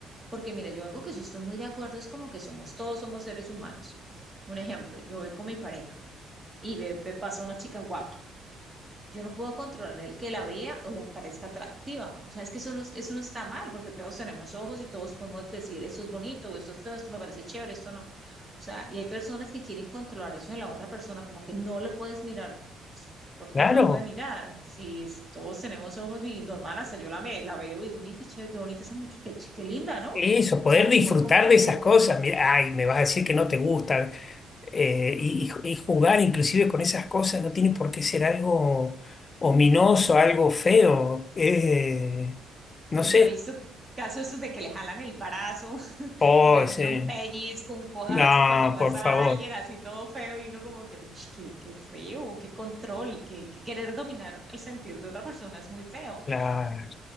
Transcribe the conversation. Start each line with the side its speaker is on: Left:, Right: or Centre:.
Right: Porque mira, yo algo que sí estoy muy de acuerdo es como que somos todos, somos seres humanos. Un ejemplo, yo voy con mi pareja y ve, ve- pasa una chica guapa. yo no puedo controlar el que la vea o le parezca atractiva. O sea, es que eso no, eso no está mal, porque todos tenemos ojos y todos podemos decir, esto es bonito, o esto es feo, esto me parece chévere, esto no. O sea, y hay personas que quieren controlar eso de la otra persona, como que no le puedes mirar. Pues, ¿Por qué
Left: Claro,
Right: no la puede mirar? Si es- todos tenemos ojos y normal, hasta yo la, ve- la veo y digo, mira, qué chévere, qué bonita esa muchacha, qué, ch- qué linda, ¿no? O
Left: eso, poder
Right: sea, como
Left: disfrutar
Right: el compartir.
Left: de esas cosas. Mira, ay, me vas a decir que no te gusta. eh, y, y- y jugar inclusive con esas cosas no tiene por qué ser algo ominoso,
Right: Y
Left: algo feo. eh, no
Right: Y
Left: sé.
Right: yo he visto casos esos de que le jalan el brazo, <laughs>
Left: Oh,
Right: de que le meten
Left: sí.
Right: un pellizco, un codazo
Left: No,
Right: cuando pasa
Left: por favor.
Right: alguien así todo feo y uno como que, uy, qué, qué feo, qué control, que, que querer dominar el sentir de otra persona es muy feo.
Left: Claro,